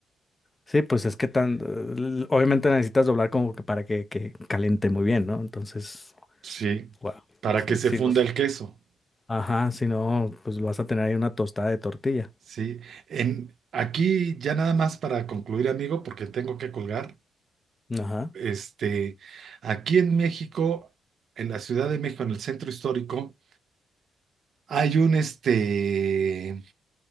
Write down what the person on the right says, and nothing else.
Sí,
para
que se
funda
el queso.
Sí, en, aquí ya nada más para concluir, amigo, porque tengo que colgar.
Este, aquí en México, en la Ciudad de México, en el centro histórico, hay un, este,